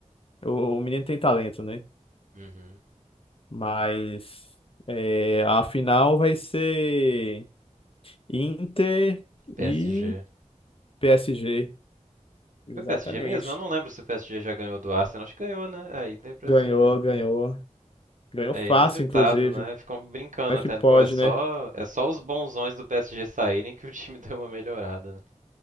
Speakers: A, on the left (about 45°); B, on the right (about 80°).
A: o, o menino tem talento, né?
B: Uhum.
A: Mas é, a final vai ser Inter
B: PSG.
A: e PSG. Exatamente.
B: Foi PSG mesmo? Eu não lembro se o PSG já ganhou do Arsenal. Acho que ganhou, né? É, aí tem PSG.
A: Ganhou, ganhou. Ganhou
B: É
A: fácil,
B: inusitado,
A: inclusive.
B: né? Ficam brincando
A: Como
B: até.
A: é que pode,
B: Pô, é só,
A: né?
B: é só os bonzões do PSG saírem que o time <laughs> deu uma melhorada, né?